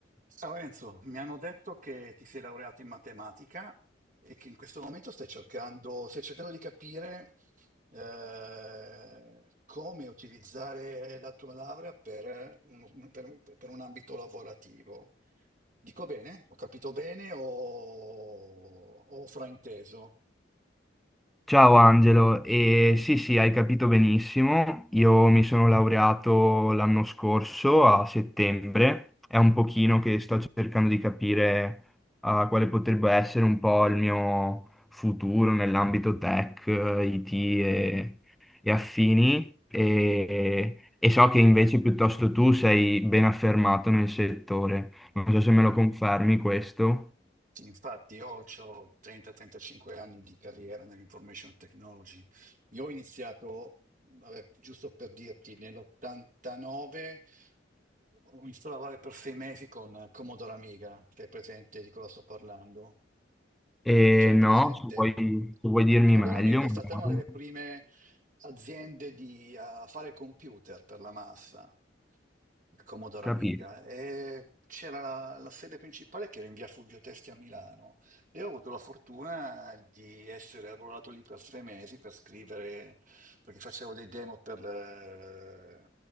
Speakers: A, on the right; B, in the centre.
A: Ciao Enzo, mi hanno detto che ti sei laureato in matematica e che in questo momento stai cercando, stai cercando di capire eh, come utilizzare la tua laurea per un, per un- per un ambito lavorativo. Dico bene? Ho capito bene o o ho frainteso?
B: Ciao Angelo, e sì sì, hai capito benissimo, io mi sono laureato l'anno scorso a settembre, è un pochino che sto cercando di capire eh, quale potrebbe essere un po' il mio futuro nell'ambito tech, eh, IT e, e affini e, e so che invece piuttosto tu sei ben affermato nel settore, non so se me lo confermi questo,
A: Sì, Infatti, io ho 30-35 anni di carriera nell'information technology. Io ho iniziato, vabbè, giusto per dirti, nell'89 ho iniziato a lavorare per sei mesi con Commodore Amiga, se è presente di cosa sto parlando.
B: e
A: Non ce l'hai
B: no,
A: presente?
B: se vuoi, se vuoi dirmi
A: Commodore
B: meglio
A: Amiga
B: magari.
A: è stata una delle prime aziende di eh, fare computer per la massa, il Commodore
B: Capisco.
A: Amiga, e c'era la, la sede principale che era in via Fulvio Testi a Milano e ho avuto la fortuna di essere arruolato lì per sei mesi per scrivere, perché facevo dei demo per le-